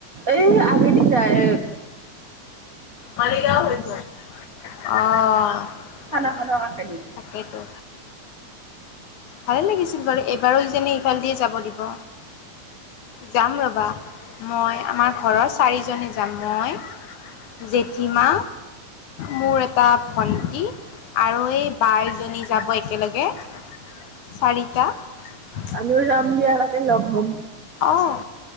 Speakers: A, on the right (about 60°); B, on the left (about 75°).
A: এই আগেদি যায়।
B: মালিগাঁও হৈ যায়, অঁ
A: খানাখনৰ কাষেদি
B: তাকেইতো। ভালে লাগিছিল বাৰু এবাৰো যেনে ইফাল দিয়ে যাব দিব। যাম ৰ'বা মই আমাৰ ঘৰৰ চাৰিজনে যাম মই জেঠিমা মোৰ এটা ভন্টি আৰু এই বাইজনী যাব একেলগে। চাৰিটা <unintelligible>
A: আমিও যাম দিয়া তাতে লগ হ'ম।
B: অঁ